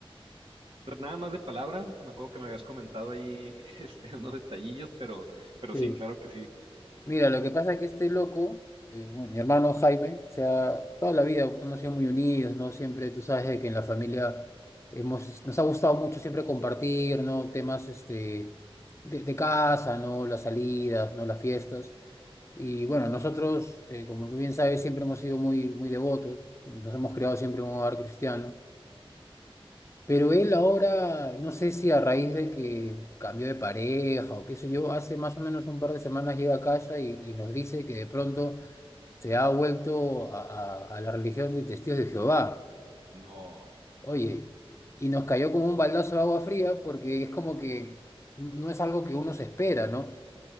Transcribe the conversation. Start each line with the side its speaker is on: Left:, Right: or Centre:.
Right: Re- Nada más de palabra, me acuerdo que me habías comentado ahí <laughs> este, unos detallillos, pero, pero
Left: Sí.
Right: sí, claro que sí.
Left: Mira, lo que pasa es que este loco, eh, bueno, mi hermano Jaime, o sea, toda la vida hemos sido muy unidos, ¿no? Siempre, tú sabes de que en la familia hemos, nos ha gustado mucho siempre compartir, ¿no? Temas, este, de, de casa, ¿no? Las salidas, ¿no? Las fiestas. Y bueno, nosotros, eh, como tú bien sabes, siempre hemos sido muy, muy devotos, nos hemos creado siempre en un hogar cristiano, pero él ahora, no sé si a raíz de que cambió de pareja o qué sé yo, hace más o menos un par de semanas llega a casa y, y nos dice que de pronto se ha vuelto a, a- a la religión de Testigos de Jehová.
Right: No,
Left: Oye, y nos cayó como un baldazo de agua fría porque es como que no no es algo que uno se espera, ¿no?